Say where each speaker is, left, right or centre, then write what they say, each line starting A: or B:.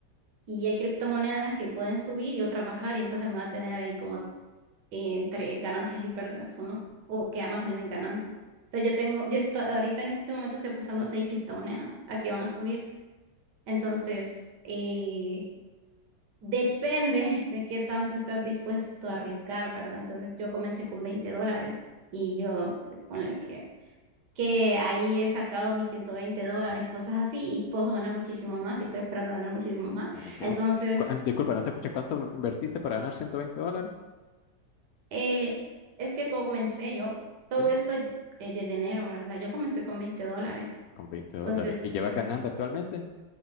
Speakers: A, on the right; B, on the left.
A: Y hay criptomonedas que pueden subir y otras bajar, y entonces me va a tener ahí como eh, entre ganancias y pérdidas, ¿o no? O que ambas me den ganancias. Entonces yo tengo, yo estoy, ahorita en este momento estoy apostando a seis criptomonedas a que van a subir. Entonces, eh, Depende de qué tanto estás dispuesto a arriesgar, ¿verdad? Entonces yo comencé con 20 dólares y yo, pues ponle que, que ahí he sacado mis 120 dólares cosas así y puedo ganar muchísimo más y estoy esperando ganar muchísimo más.
B: ah, ok,
A: Entonces,
B: cu- ah, Disculpa, no te escuché. ¿Cuánto invertiste para ganar 120 dólares?
A: eh, es que comencé yo, todo
B: Sí,
A: esto eh, desde enero, ¿verdad? Yo comencé con 20 dólares.
B: con 20 dólares.
A: Entonces,
B: ¿Y llevas ganando actualmente?